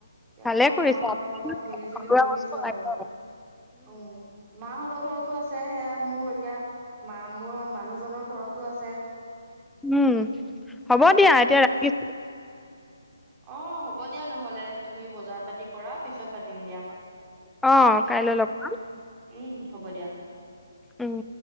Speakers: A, on the right (about 25°); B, in the centre.
A: এতিয়া
B: ভালে
A: শাহু
B: কৰিছা
A: মাহঁতৰ লগত মিলি জুলি
B: ঘৰুৱা
A: পহিছো
B: বস্তু
A: আৰু।
B: লাগে
A: উম মাহঁতৰ ঘৰত টো আছে, সেয়া মোৰ এতিয়া মা মোৱে মানুহজনৰ ঘৰতো আছে।
B: উম হ'ব
A: হে
B: দিয়া
A: পঢ়িব
B: এতিয়া
A: লাগে
B: ৰাখিছ
A: অ হ'ব দিয়া নহলে। তুমি বজাৰ পাতি কৰা পিছত পাতিম দিয়া।
B: অ অ
A: উম,
B: কাইলৈ লগ পাম
A: উ। উম হ'ব দিয়া।
B: উম।